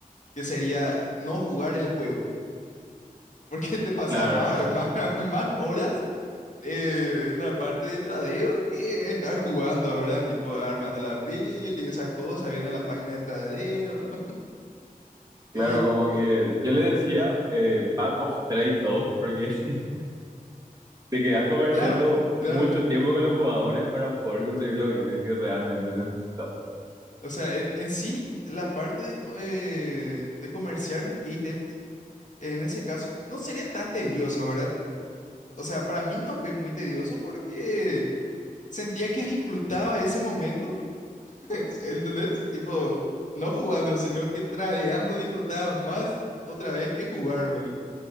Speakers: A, on the left; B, on the right.
A: que sería no jugar el juego, porque te pasaba
B: Claro,
A: más,
B: <laughs>
A: más, <laughs> más horas eh, en la parte de tradeo que estar jugando, ¿verdad? Tipo armando la build y esas cosas, viendo la página de tradeo. Y
B: claro,
A: tipo,
B: como que yo le decía eh, Path of Trade dos porque <laughs> te quedas comerciando
A: claro, claro,
B: mucho tiempo con los jugadores para poder conseguir los ítems que realmente necesitas.
A: o sea, en, en sí, la parte de, co- eh, de comerciar los ítems. En ese caso, no sería tan tedioso, ¿verdad? O sea, para mí no fue muy tedioso porque sentía que disfrutaba ese momento, <laughs> ¿entendés? Tipo, no jugando, sino que tradeando disfrutaba más otra vez que jugar, boludo.